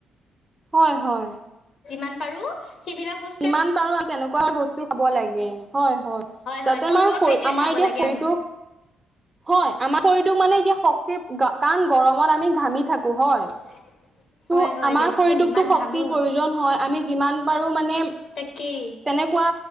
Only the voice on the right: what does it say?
হয়, হয়।
যিমান পাৰোঁ <unintelligible> তেনেকুৱা বস্তু খাব লাগে হয়, হয়।
যাতে
আমাৰ শৰ,
আমাৰ
এতিয়া
শইটোক
হয় আমাৰ শৰীৰটোক মানে এতিয়া শক্তিৰ কাৰণ গৰমত আমি ঘামি থাকো হয়।
টো আমাৰ
শৰীৰটোকতো
শক্তিৰ
প্ৰয়োজন হয়। আমি যিমান পাৰো মানে
তেনেকুৱা